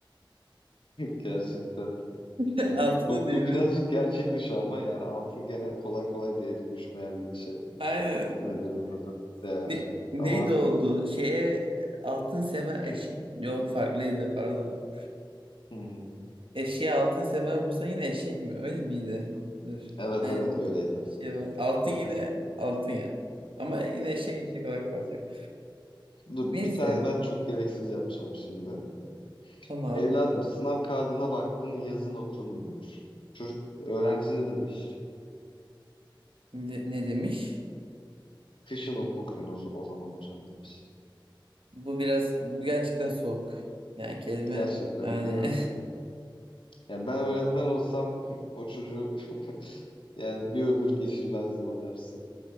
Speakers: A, on the left; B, on the right.
A: Gerçekten.
B: <laughs>
A: Bu,
B: Altının değeri.
A: bu birazcık gerçek dışı ama yani altın gene kolay kolay değeri düşmeyen bir şey.
B: Aynen.
A: Nedir onun adı? Değer.
B: Ne, neydi
A: Ama
B: oldu? Şeye altın seme
A: <clears throat>
B: eş... Yok farklıydı pardon.
A: Hı hı.
B: Eşeğe altın semer vursan yine eşek mi? Öyle miydi? Dur.
A: Evet
B: Aynen.
A: evet öyleydi.
B: Bir şey var. Altın
A: Evet,
B: yine
A: evet.
B: altın ya. Ama yine eşek eşek olarak kalacak.
A: Dur
B: Neyse.
A: bir tane ben çok gereksiz yapacağım şimdi.
B: Tamam.
A: Evladım sınav kağıdına baktım yazın okunmuyor. Çocuk öğrenci ne demiş?
B: Ne, ne demiş?
A: Kışın okuyun o, o zaman hocam demiş.
B: Bu biraz bu gerçekten soğuk. Yani kelime
A: Gerçekten
B: yani
A: değil mi? Yani ben öğretmen olsam <laughs> o çocuğu <laughs> yani bir ömür geçirmezdim o dersi.